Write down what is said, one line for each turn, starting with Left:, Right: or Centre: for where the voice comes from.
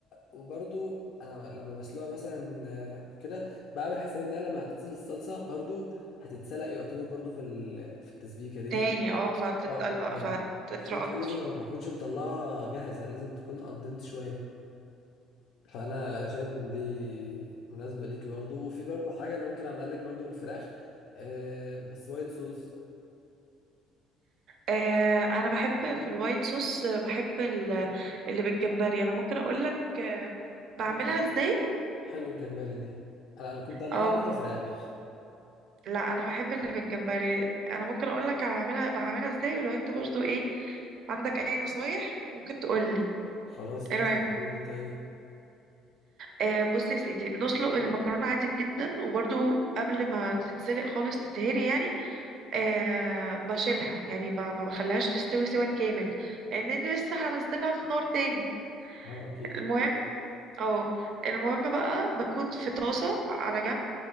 Left: وبرضو انا لما بسلقها مثلا آه، وكده بعمل حساب ان هي لما هتنزل الصلصة برضو هتتسلق يعتبر برضو في ال... في التسبيكة دي
Right: تاني اه فهتتقل
Left: اه ف-
Right: فهتطرى
Left: عشان كده
Right: اكتر
Left: لازم ما اكونش مطلعها جاهزة لازم تكون اندنت شوية فانا شايف ان دي مناسبه ليكي برضو وفي برضو حاجه انا ممكن اعملها لك برضو بالفراخ آه بس وايت صوص
Right: آه انا بحب في الوايت صوص آه، بحب ال- اللي بالجمبري انا ممكن اقول لك بعملها
Left: اه
Right: ازاي
Left: حلو الجمبري دي انا انا كنت اللي
Right: اه
Left: انا عارفها فراخ
Right: لا انا بحب اللي بالجمبري انا ممكن اقول لك بعملها بعملها ازاي ولو انت برضو ايه عندك اي نصايح ممكن تقول لي
Left: خلاص ماشي
Right: ايه رايك
Left: ليه ليه طيب
Right: آه بص يا سيدي بنسلق المكرونه عادي جدا وبرضو قبل ما تتسلق خالص تتهري يعني آه بشيلها يعني ب- ما بخليهاش تستوي سوا كامل لان انا لسه هنزلها في نار تاني
Left: اه اكيد
Right: المهم اه المهم بقى بكون في طاسة على جنب